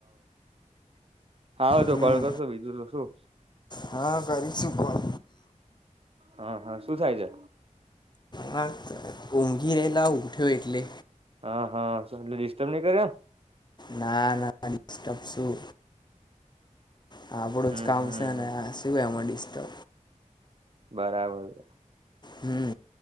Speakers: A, on the right; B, on the left.
A: હાવે તો
B: હમ
A: કોલ કરશો બીજું તો શું.
B: હા કરી છું કોણ.
A: હા હા શું થાય છે.
B: હ ઊંઘી રહેલા ઉઠ્યો એટલે
A: હા હાલે ડિસ્ટર્બ નઈ કર્યા.
B: ના ના શું. હ આપડું
A: હમ
B: જ કામ
A: હમ
B: છે ને શું એ મળશ તો.
A: બરાબર.
B: હમ